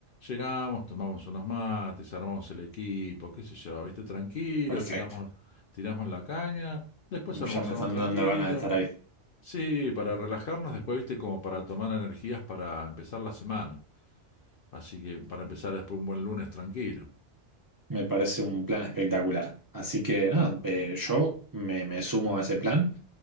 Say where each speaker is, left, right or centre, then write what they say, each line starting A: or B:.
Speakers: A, on the left; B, on the right.
A: Llegamos, tomamos unos mates, armamos el equipo, qué sé yo, ¿viste? Tranquilo,
B: Perfecto.
A: tiramos, tiramos la caña, después almorzamos
B: Ya me están
A: tranquilo.
B: dando ganas de estar ahí.
A: Sí, para relajarnos, después, ¿viste? Como para tomar energías para empezar la semana. Así que para empezar después un buen lunes tranquilo.
B: Me parece un plan espectacular. Así que nada, eh, yo me, me sumo a ese plan.